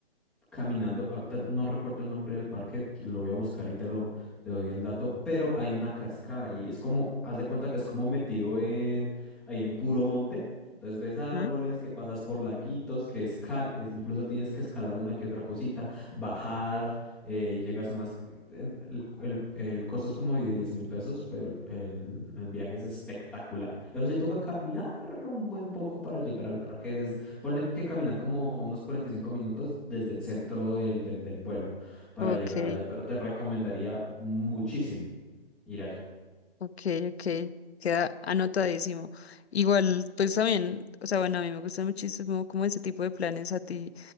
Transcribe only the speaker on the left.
¿Mm?
Ok.
Ok, ok, queda anotadísimo. Igual, pues también, o sea, bueno, a mí me gustan muchísimo como ese tipo de planes a ti,